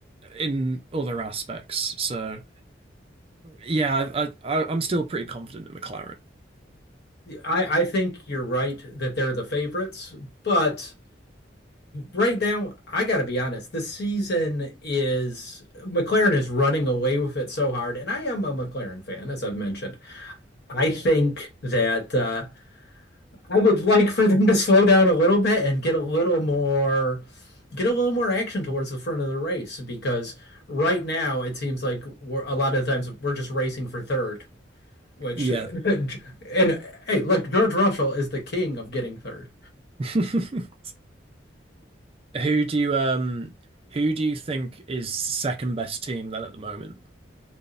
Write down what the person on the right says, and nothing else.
in other aspects. So, yeah, I, I I- am still pretty confident in McLaren.
Yeah.
<laughs> Who do you um who do you think is second best team then at the moment?